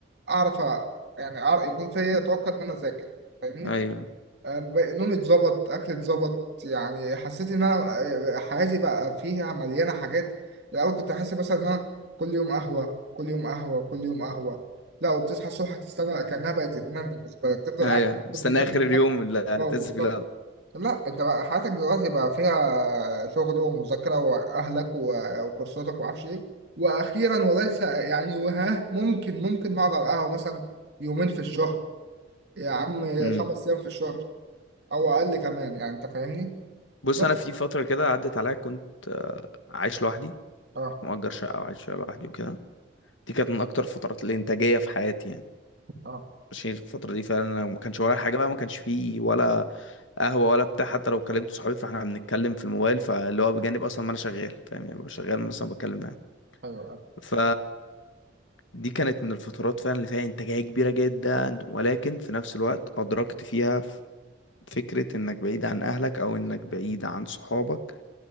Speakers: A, on the right (about 55°); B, on the left (about 75°).
A: اعرف أ- يعني أعرف يكون فيا طاقه ان انا اذاكر فاهمني
B: ايوه
A: آه، بقى- نومي اتظبط اكلي اتظبط يعني حسيت ان انا آه، حياتي بقى فيها مليانه حاجات الاول كنت احس مثلا ان انا كل يوم قهوه كل يوم قهوه كل يوم قهوه لا وبتصحى الصبح تستنى كانها بقت ادمان بالنسبه لك تفضل
B: ايوه
A: قاعد تفضل
B: مستني
A: دي-
B: اخر اليوم اللي هتنزل
A: اه بالظبط
B: فيه القهوة.
A: لا انت بقى حياتك دلوقتي بقى فيها شغل ومذاكرة واهلك و- وكورساتك ومعرفش ايه واخيرا وليس يعني وها ممكن ممكن نقعد على القهوة مثلا يومين في الشهر يا عم
B: امم
A: خمس ايام في الشهر او اقل كمان يعني انت فاهمني
B: بص
A: بس
B: انا في فتره كده عدت عليا كنت آه، عايش لوحدي
A: اه
B: كنت مأجر شقه وعايش فيها لوحدي وكده دي كانت من اكتر الفترات الانتاجيه في حياتي يعني
A: اه
B: ماشي الفتره دي فعلا أنا ما كانش ورايا حاجه بقى ما كانش فيه ولا قهوه ولا بتاع حتى لو كلمت صحابي فاحنا بنتكلم في الموبايل فاللي هو بجانب اصلا ما انا شغال فاهم يعني ببقى شغال مثلا بتكلم معاهم
A: ايوه اه.
B: ف دي كانت من الفترات فعلا اللي فيها انتاجيه كبيره جدا ولكن في نفس الوقت ادركت فيها ف- فكره انك بعيد عن اهلك او انك بعيد عن صحابك